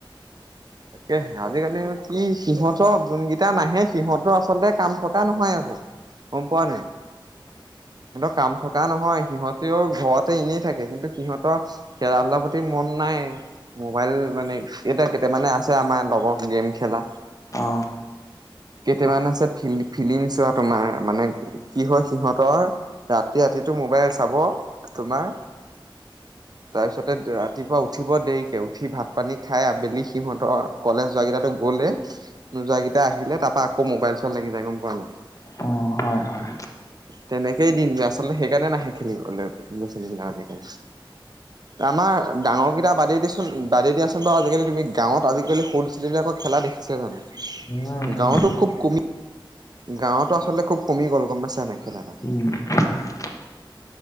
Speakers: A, on the right; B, on the left.
A: তাকে আজিকালি কি সিহঁতৰ যোন কেইটা নাহে সিহঁতো আচলতে কাম থকা নহয় আকৌ। গ'ম পোৱা নাই সিহতঁৰ কাম থকা নহয় সিহঁতেও ঘৰতে এনেই থাকে কিন্তু সিহঁতৰ খেলা ধূলাৰ প্ৰতি মন নাই। মোবাইল মানে এটা কেইটা মানে আছে আমাৰ লগৰ গেম খেলা,
B: অ
A: কেইটামান
B: হয়
A: আছে ফিল্ড ফিলি্ম চোৱা তোমাৰ মানে কি হয় সিহঁতৰ ৰাতি ৰাতিটো মোবাইল চাব তোমাৰ তাৰপিছতে ৰাতিপুৱা উঠিব দেৰিকে, উঠি ভাত পানী খাই আবেলি সিহঁতৰ কলেজ যোৱা কেইটাতো গ'লে নো যোৱ কেইটা আহিলে তাৰপা আকৌ মোবাইল চোৱাত লাগি যায়। গম <unintelligible>
B: অ হয় হয়
A: তেনেকেই দিন যায় আচলতে, সেইকাৰণে নাহে খেলিবলৈ ল'ৰা ছোৱালীবলাক আজিকালি। আমাৰ ডাঙৰ কেইটা বাদে দিচোন বাদে দিয়াচোন বাৰু আজিকালি তুমি গাঁৱত আজিকালি সৰু ছোৱালীবিলাকৰ খেলা দেখিছে জানো,
B: উম
A: গাঁৱতো খুব কমি গাঁৱতো আচলতে খুব কমি গ'ল গম পাইছা নে খেলাটো।
B: উম হয় হয়